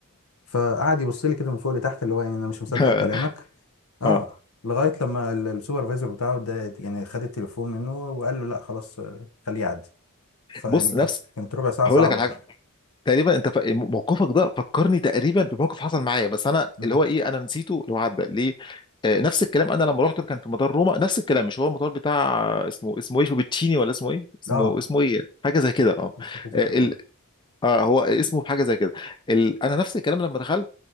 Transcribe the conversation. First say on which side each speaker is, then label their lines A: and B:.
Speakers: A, on the left; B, on the left.
A: فقعد يبص لي كده من فوق لتحت اللي هو يعني انا مش مصدق
B: اه
A: كلامك اه
B: <laughs>
A: لغايه لما ال- السوبرفايزر بتاعه ده يعني خد التليفون منه وقال له لا خلاص آه، خليه يعدي فيعني
B: بص
A: كا-
B: نفس
A: كانت ربع ساعه
B: هقول
A: صعبه
B: لك على حاجه تقريبا انت ف... موقفك ده فكرني تقريبا بموقف حصل معايا بس انا
A: <laughs> مم.
B: اللي هو ايه انا نسيته اللي هو عدى ليه آه نفس الكلام انا لما رحت كان في مطار روما نفس الكلام مش هو المطار بتاع آه، اسمه اسمه ايه فوبتشيني ولا اسمه ايه اسمه
A: اه
B: اسمه ايه حاجه زي كده اه
A: مش متذكر
B: آه،
A: والله
B: ال... آه هو اسمه حاجه زي كده ال... انا نفس الكلام لما دخلت